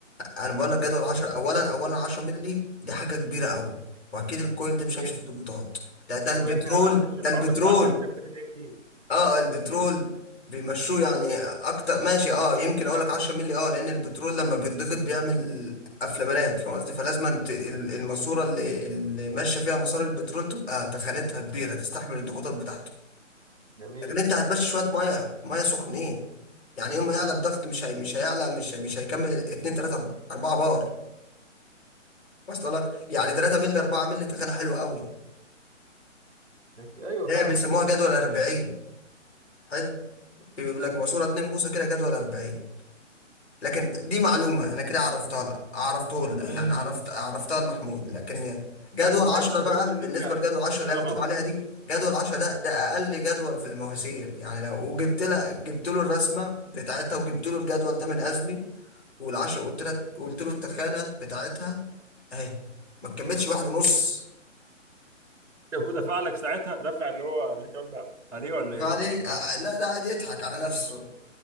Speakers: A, on the left (about 55°); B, on the right (about 70°).
A: انا بقول لك جدول 10
B: آه،
A: اولا اولا 10 مللي دي حاجه كبيره قوي واكيد الكويل ده مش هيمشي
B: جدا
A: في ضغوطات ده ده
B: والله
A: البترول
B: يا ابني انا ما دخلتش الحوار
A: ده البترول
B: بس 10 مليون انا فاكر ان هي كتير
A: اه آه، البترول بيمشوه يعني اكتر ماشي اه يمكن اقول لك 10 مللي اه لان البترول لما بيتضغط بيعمل افلامات فاهم قصدي فلازم انت ال- الماسوره اللي, اللي ماشيه فيها مسار البترول تبقى تخانتها كبيره تستحمل الضغوطات بتاعته
B: جميل
A: لكن انت هتمشي شويه ميه ميه سخنين يعني يوم ما يعلى الضغط مش هي مش هيعلى مش مش هيكمل 2 3 4 4 بار اصل لك يعني 3 مللي 4 مللي تخانه حلوه قوي
B: لك- ايوه
A: ده
B: فاهمك
A: بيسموها
B: فاهم
A: جدول 40 حلو بيقول لك ماسوره 2 بوصه كده جدول 40 لكن دي معلومه انا كده عرفتها لك عرفته لك يعني ماشي عرفت عرفتها لمحمود لكن جدول
B: حلو ماشي
A: 10
B: فهمت
A: بقى
B: ان
A: بالنسبه
B: انت
A: لجدول 10
B: ان انت
A: اللي
B: ده
A: هي بتقول
B: غلط
A: عليها دي جدول 10 ده ده اقل جدول في المواسير يعني لو وجبت لها جبت له الرسمه بتاعتها وجبت له الجدول ده من ازمي وال10 قلت لها قلت له التخانه بتاعتها اهي ما تكملش واحد ونص
B: طب ودفع لك ساعتها دفع اللي هو اللي انت قلت عليه ولا ايه؟
A: فعليه آه، لا ده قاعد يضحك على نفسه